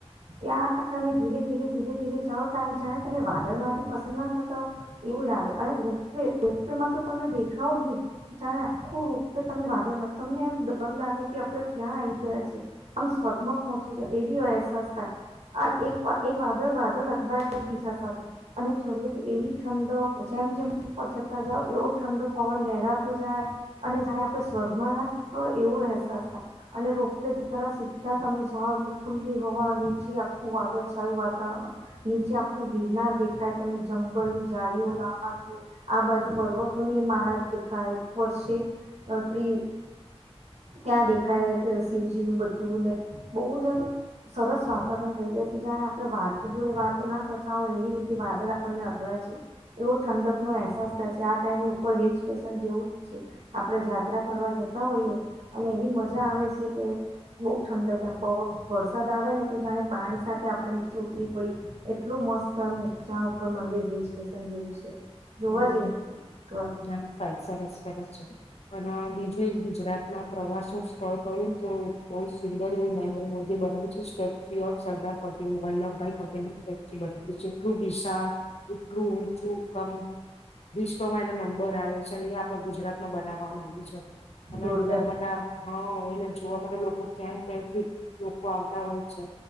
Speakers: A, on the right; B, on the left.
A: ત્યાં તમે ધીરે ધીરે ધીરે ધીરે જાઓ ત જાણે તમે વાદળમાંથી પસંદ ના થતા હો એવું લાગે અરે ર રોપેમાં તો તમે દેખાવ જ નહી જણે આખું રોપે તમને વાદળ તમને એમ ડર લાગે કે આપડે ક્યાં આવી ગયા છેી આમ સ્વર્ગમાં પહોંચી ગયા એવી અહેસાસ થાય આ એક વાદળ વાદળ અથડાય એકબીજા સાથે અને ચડીએ તો એવી ઠંડક જેમ જેમ જતા જઓ એવો ઠંડો પવન લહેરાતો જાય અને જાણે આપે સ્વર્ગમાં ના જતો હોય એવો અહેસાસ થાય અને રોપવે દ્વારા સીધા તમે જાઓ એટલે ખુલ્લી હવા નીચે આખું વાદળછાયું વાતાવરણ નીચે આખું હિરનાર દેખાય તમને જંગલ ની જાડીીઓ લવા આ બાજુ પર્વતો ની માળા દેખાય ઉપર શખ ત ત્યાં દેખાય શિવજી નું બધું બલે બહુ જ એમ સરસ વાતાવરણ થઈ જાય છે જ્યાં આપણે વાદળ જોડે વાતો ના કરતા હોય એવી રીતે વાદળ આપણને અથડાય છે એવો ઠંડક નો અહેસાસ થાય છે આ ટાઈમે ઉપર હિલ સ્ટેશન જેવું જ છે આપડે યાત્રા કરવા જતા હોઈએ અને એવી મજા આવે છે કે બહુ ઠંડક કેમ વરસાદ આવે ને તો જાણે પાણી સાથે આપણે નીચે ઉતરી પડી એટલું મસ્ત એમચાણ ઉપર મંદિર હિલ સ્ટેશન જેવું છે જોવા
B: હમ
A: જેવું એકવાર.
B: ના સર સરસ સરસ પણ બીજું એક ગુજરાતમાં પ્રવાસ નું સ્થળ કરું તો બહ સુંદર એવું નરેન્દ્ર મોદી બનાવ્યું છે સ્ટેચ્યુ ઓફ સરદાર પટેલ વલ્લભભાઈ પટેલ ન સ્ટેચ્યુ બના એટલલો વિશળ એટલું ઉચું કમ વિશ્વમાં એનો નંબર આવે છે અને એ આપડે ગુજરાતમાં બનાવવામાં આવ્યું છે
A: જોરદાર
B: હ નર્મદા હા એ જોવા માટે લોકો ક્યાય ટફિક લોકો આવતા હોય છે